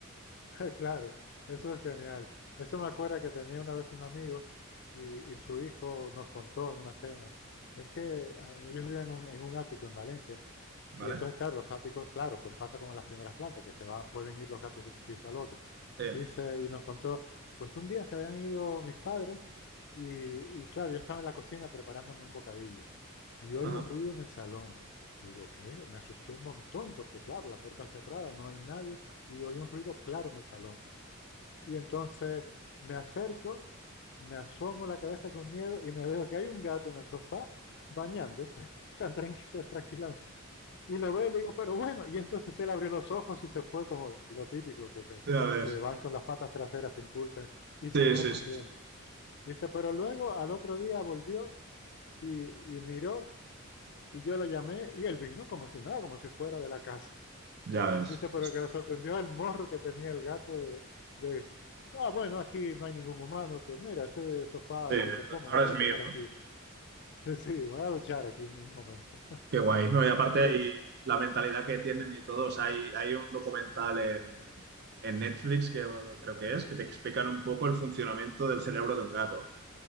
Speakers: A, on the left (about 55°); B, on the right (about 50°).
A: <laughs> claro, eso es genial. Eso me acuerda que tenía una vez un amigo y, y su hijo nos contó en una cena. Es que ah, ellos vivían en un, en un ático en Valencia.
B: ¿vale?
A: Y entonces, claro, los áticos, claro, pues pasa como en las primeras plantas, que se van, pueden ir los gatos de un piso al otro.
B: Sí,
A: Y, se y nos contó, pues un día se habían ido mis padres y, y claro, yo estaba en la cocina preparándome un bocadillo y oigo
B: ajá.
A: ruido en el salón. Y digo, ¿qué? Me asusté un montón porque claro, la puerta cerrada, no hay nadie y oí un ruido claro en el salón. Y entonces me acerco, me asomo la cabeza con miedo y me veo que hay un gato en el sofá bañándose, <laughs> tan tranquilo, tranquila, y lo ve y le digo, pero bueno, y entonces él abrió los ojos y se fue como lo típico, que, se,
B: Ya ves.
A: que van con las patas traseras, se impulsan, y se
B: Sí,
A: fue
B: sí,
A: corriendo.
B: sí, sí.
A: Dice, pero luego al otro día volvió y, y miró, y yo lo llamé, y él vino como si nada, como si fuera de la casa. <laughs>
B: Ya ves.
A: Dice, pero
B: Sí, sí.
A: que le sorprendió el morro que tenía el gato de, de ah, bueno, aquí no hay ningún humano, pues mira, este sofá
B: Sí,
A: es
B: es-
A: súper cómodo,
B: ahora
A: me voy
B: es
A: a
B: mío,
A: poner aquí,
B: ¿no?
A: <laughs> sí, me voy a duchar aquí un, un momento.
B: Qué guay. No, y aparte
A: Sí,
B: hay
A: es,
B: la mentalidad que tienen y todos. Hay, hay un documental en, en Netflix, que creo que es, que te explican un poco el funcionamiento del cerebro de un gato.